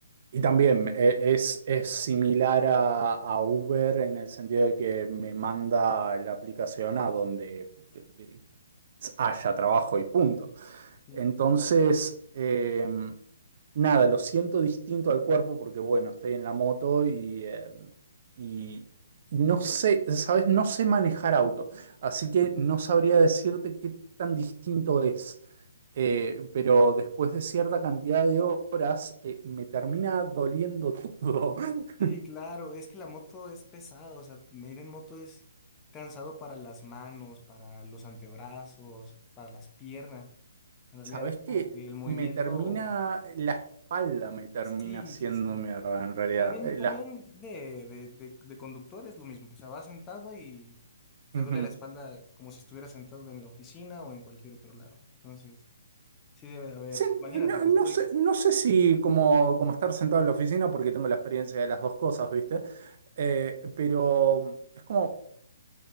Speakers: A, on the right; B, on the left.
A: y también eh, es, es similar a, a Uber en el sentido de que me manda la aplicación a donde eh, eh, haya trabajo y punto.
B: sí.
A: Entonces, eh, nada, lo siento distinto al cuerpo porque, bueno, estoy en la moto y, eh, y- y no sé, ¿sabes? No sé manejar auto, así que no sabría decirte qué tan distinto es. Eh, pero después de cierta cantidad de horas, eh, me termina doliendo todo. <laughs>
B: Sí, claro, es que la moto es pesada, o sea, ir en moto es cansado para las manos, para los antebrazos, para las piernas. En realidad,
A: ¿Sabes qué?
B: como que el movimiento,
A: Me termina, la espalda me termina
B: sí,
A: haciendo
B: sí, sí.
A: mierda en realidad.
B: También,
A: Eh,
B: también
A: la,
B: de, de, de, de conductor es lo mismo, o sea, vas sentado y te
A: Ujú.
B: duele la espalda como si estuvieras sentado en la oficina o en cualquier otro lado. Entonces, sí debe de haber.
A: Sí,
B: Imagínate
A: no,
B: que
A: no
B: estoy,
A: sé, no sé si como, como estar sentado en la oficina, porque tengo la experiencia de las dos cosas, ¿viste? Eh, pero es como,